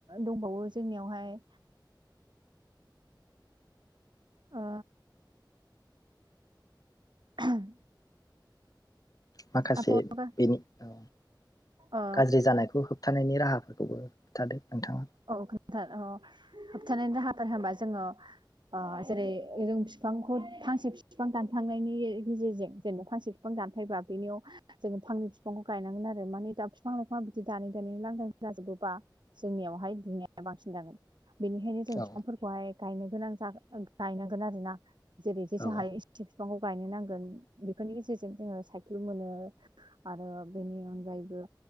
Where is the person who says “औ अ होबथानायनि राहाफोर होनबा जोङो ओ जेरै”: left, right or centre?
Right